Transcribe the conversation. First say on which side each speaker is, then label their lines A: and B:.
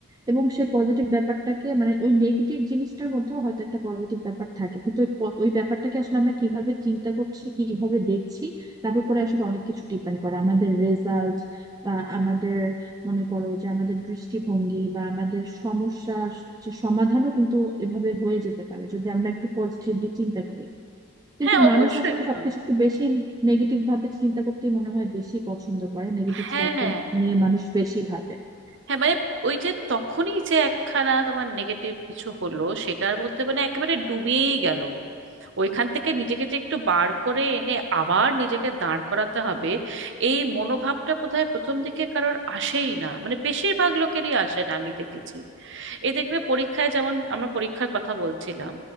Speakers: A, on the right; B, on the right.
A: এবং সেই পজিটিভ ব্যাপারটাকে মানে ওই নেগেটিভ জিনিসটার মধ্যেও হয়তো একটা পজিটিভ ব্যাপার থাকে কিন্তু ওই প- ওই ব্যাপারটাকে আসলে আমরা কিভাবে চিন্তা করছি কিভাবে দেখছি তার উপরে আসলে অনেক কিছু ডিপেন্ড করে আমাদের রেজাল্ট বা আমাদের মনে করো যে আমাদের দৃষ্টিভঙ্গি বা আমাদের সমস্যা যে সমাধানও কিন্তু এভাবে হয়ে যেতে পারে যদি আমরা একটু পজিটিভলি চিন্তা করি কিন্তু
B: হ্যাঁ অবশ্যই
A: মানুষ আসলে সবকিছু
B: তো
A: একটু বেশি নেগেটিভ ভাবে চিন্তা করতে মনে হয় বেশি পছন্দ করে নেগেটিভ
B: হ্যাঁ
A: সাইডটা নিয়ে মানুষ বেশি ভাবে
B: হ্যাঁ মানে ওই যে তখনই যে একখানা তোমার নেগেটিভ কিছু হলো সেটার মধ্যে মানে একেবারে ডুবেই গেল ওইখান থেকে নিজেকে যে একটু বার করে এনে আবার নিজেকে দাঁড় করাতে হবে এই মনোভাবটা বোধহয় প্রথম দিকে কারোর আসেই না মানে বেশিরভাগ লোকেরই আসে না আমি দেখেছি এই দেখবে পরীক্ষায় যেমন আমরা পরীক্ষার কথা বলছিলাম